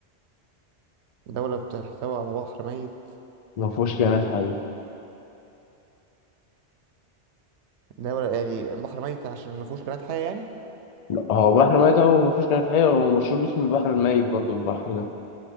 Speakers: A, on the right; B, on the left.
A: دولة بتحتوي على بحر ميت
B: ما فيهوش كائنات حية
A: دولة يعني بحر ميت عشان ما فيهوش كائنات حية يعني
B: لا هو بحر ميت او ما فيهوش كائنات حية هو مشهور باسم البحر الميت برضو البحر ده